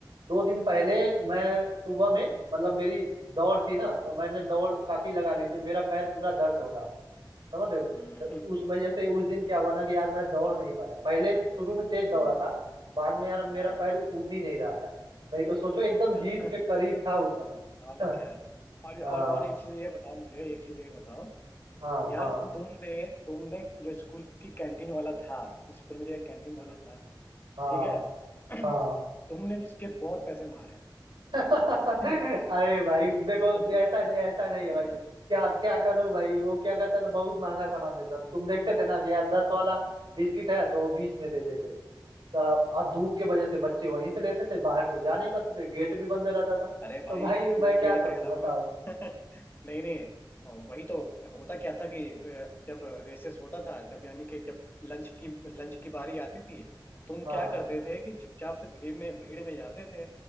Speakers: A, on the right; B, on the left.
A: दो दिन पहले मैं सुबह में मतलब मेरी दौड़ थी ना तो मैंने दौड़ काफी लगा ली थी मेरा पैर पूरा दर्द हो रहा था समझ रहे हो
B: हम्म
A: तो
B: हम्म,
A: उस वजह से उस दिन क्या हुआ ना कि यार मैं दौड़ नहीं पाया पहले शुरू में तेज दौड़ा
B: हम्म,
A: था बाद में यार मेरा
B: हाँ हाँ,
A: पैर उठ ही नहीं रहा था नहीं तो सोचो एकदम
B: अच्छा
A: जीत के करीब था उस समय
B: और
A: <laughs>
B: क्या और
A: हाँ
B: और और एक चीज ये बताओ मुझे एक चीज ये बताओ
A: हाँ
B: यार
A: हाँ
B: तुमने तुमने जो स्कूल की कैंटीन वाला था स्कूल में जो एक कैंटीन वाला था
A: हाँ
B: ठीक है <clears throat>
A: हाँ
B: तुमने उसके बहुत पैसे मारे
A: <laughs> अरे
B: हैं
A: भाई देखो
B: <laughs>
A: ऐसा ऐसा नहीं है
B: हाँ,
A: भाई क्या क्या करूं भाई वो क्या करता था बहुत महंगा सामान देता था। तुम देखते थे ना कि यार दस वाला बिस्किट है तो वो बीस में देते थे और धूप के वजह से बच्चे वहीं से लेते थे बाहर तो जा नहीं पाते थे गेट भी बंद रहता था
B: अरे भाई
A: तो भाई मैं
B: मैं
A: क्या
B: तो ये
A: करूं
B: कह
A: बताओ
B: रहा हूँ <laughs> नहीं नहीं अ, वही तो होता क्या था कि अ, जब रेसेस होता था जब यानी कि जब लंच की लंच की बारी आती थी तुम
A: हाँ
B: क्या करते थे कि चुपचाप से भीड़ में भीड़ में जाते थे